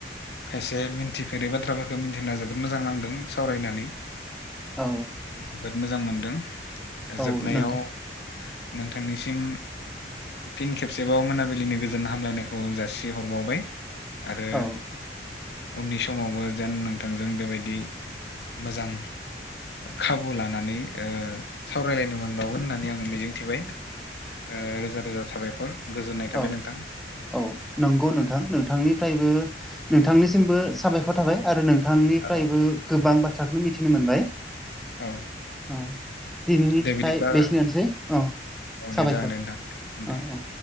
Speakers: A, on the left; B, in the centre.
A: खायसे मिन्थिफेरै बाथ्राफोरखौ मिन्थिना जोबोद मोजां नांदों सावरायनानै
B: औ
A: जोबोद मोजां मोनदों
B: औ
A: जोबनायाव
B: नोंथां
A: नोंथांनिसिम फिन खेबसेबाव मोनाबिलिनि गोजोन हामलायनाय खौ जासि हरबावबाय आरो
B: औ
A: उननि समावबो जेन नोंथांजों बेबायदि मोजां खाबु लानानै ओ सावरायलायनो मोनबावगोन होननानै आङो मिजिंथिबाय ओ रोजा रोजा साबायखर गोजोननाय थाबाय
B: औ
A: नोंथां।
B: औ नंगौ नोंथां नोंथांनिफ्रायबो नोंथांनिसिमबो साबायखर थाबाय। आरो नोंथांनिफ्रायबो
A: औ
B: गोबां बाथ्राखौनो मिथिनो मोनबाय।
A: औ
B: अ दिनैनि
A: दे
B: थाखाय
A: बिदिब्ला
B: बेसेनसै अ
A: औ दे
B: साबायखर
A: जागोन दे नोंथां दे
B: ओ ओ।